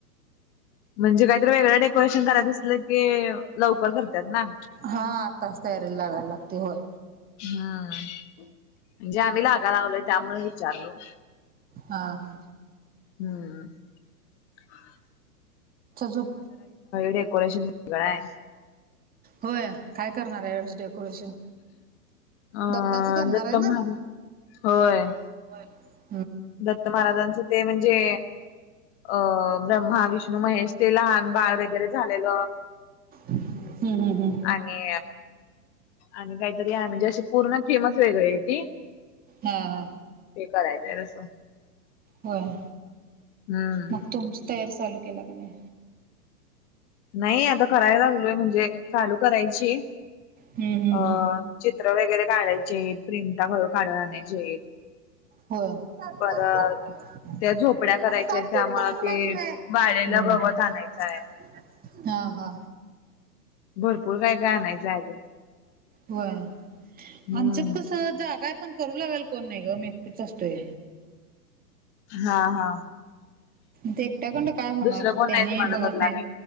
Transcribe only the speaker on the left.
म्हणजे काहीतरी वेगळं डेकोरेशन करायच असलं की लवकर करतात ना.
हम्म म्हणजे आम्ही लागा लावलोय त्यामुळे विचारलो.
हम्म. हा.
डेकोरेशन वेगळं आहे
अ
दत्त
महाराज होय.
दत्त महाराजांचं ते म्हणजे अं ब्रह्मा विष्णू महेश ते लहान बाळ वगैरे झालेलं.
आणि आणि काय म्हणजे असे पूर्ण थेमच वेगळे आहे ती
ते करायचंय रते <inaudible>
हम.
नाही आता करायला लागलोय म्हणजे चालू करायची
अ
चित्र वगैरे काढायचे आहेत प्रिंटा घळू काढून आणायचे आहेत.
परत त्या झोपड्या करायच्या आहेत त्यामुळं ते वाळलेलं गवत आणायचं आहे.
भरपूर काय, काय आणयच आहे अजून.
हम्म
हा, हा,
दुसरं कोण
नाही तुम्हाला
बदलाने